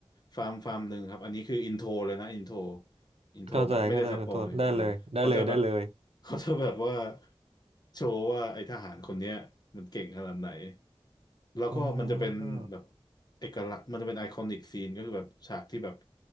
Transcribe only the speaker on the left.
ฟาร์มฟาร์มหนึ่งครับอันนี้คืออินโทรเลยนะอินโทรอินโทรแบบไม่ได้สปอยเออเขาจะแบบ
<laughs> เขาจะแบบว่าโชว์ว่าไอ้ทหารคนเนี้ยมันเก่งขนาดไหนแล้วก็มันจะเป็นแบบ
เอกลักษณ์มันจะเป็นไอคอนิกซีนก็คือแบบฉากที่แบบ